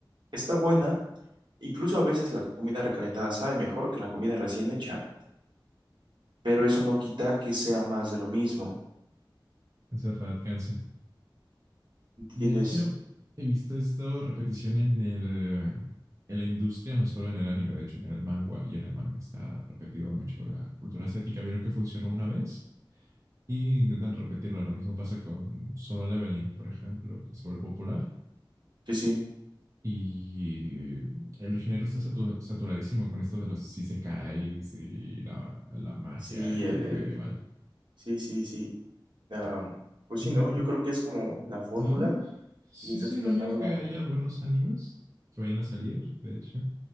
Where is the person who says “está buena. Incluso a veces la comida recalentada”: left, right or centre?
Right